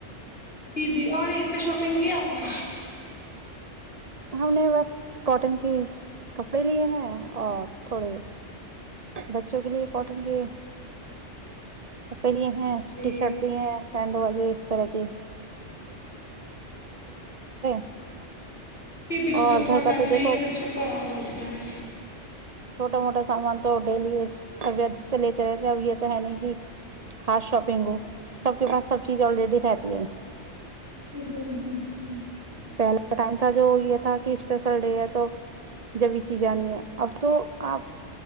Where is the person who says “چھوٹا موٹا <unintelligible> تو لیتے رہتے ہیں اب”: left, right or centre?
Right